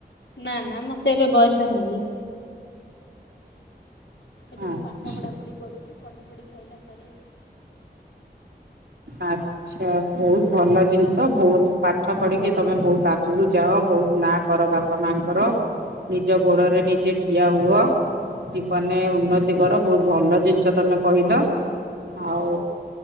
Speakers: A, on the left; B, on the right.
A: ନା ନା ମତେ ଏବେ ବୟସ ହେଇନି। ଏବେ
B: ଆଚ୍ଛା
A: ମୁଁ ପାଠ ପଢା ପଢି କରୁଚି ପଢାପଢି ସାରିଲା ପରେ ସ
B: ଆଚ୍ଛା ବହୁତ ଭଲ ଜିନିଷ ବହୁତ ପାଠ ପଢିକି ତମେ ବହୁତ ଆଗକୁ ଯାଅ ଭ ବହୁତ ନା କର ବାପା ମାଙ୍କର ନିଜ ଗୋଡରେ ନିଜେ ଠିଆ ହୁଅ। ଜୀବନରେ
A: ଆଜ୍ଞା
B: ଉନ୍ନତି କର ବହୁତ ଭଲ ଜିନିଷ ତମେ କହିଲ ଆଉ